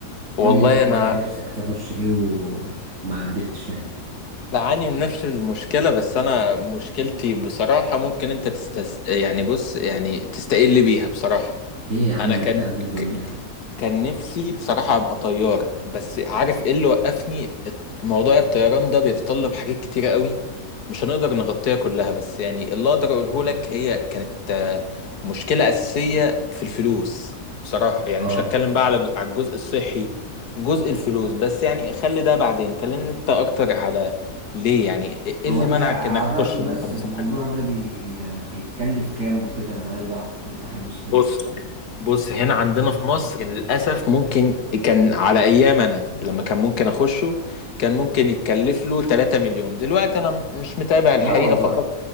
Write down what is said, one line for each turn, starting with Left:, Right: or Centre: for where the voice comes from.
Left: والله
Right: قول لي انت كده
Left: انا
Right: كان نفسك تخش ايه وما قدرتش يعني
Left: بعاني من نفس المشكله بس انا مشكلتي بصراحه ممكن انت تستس... يعني بص يعني تستقل بيها بصراحه
Right: ليه يا عم
Left: انا كان
Right: انت قد الدنيا
Left: ك...
Right: يا عم
Left: كان نفسي بصراحه ابقى طيار بس عارف ايه اللي وقفني الت- موضوع الطيران ده بيتطلب حاجات كتيره قوي مش هنقدر نغطيها كلها بس يعني اللي اقدر اقوله لك هي كانت آه، مشكلة أساسية في الفلوس بصراحة يعني
Right: اه
Left: مش هتكلم بقى على على الجزء الصحي جزء الفلوس بس يعني خلي ده بعدين كلمني انت اكتر على ليه يعني ايه اللي
Right: هو لا
Left: منعك
Right: عرفني
Left: انك تخش اللي
Right: بس
Left: انت نفسك
Right: الموضوع ده بي... آه، بيتكلف كام وكده انا عايز اعرف انت حمستني
Left: بص بص هنا عندنا في مصر للأسف ممكن كان على أيام أنا لما كان ممكن أخشه كان ممكن يتكلف له 3 مليون دلوقتي أنا مش متابع الحقيقة
Right: لا والله
Left: فقط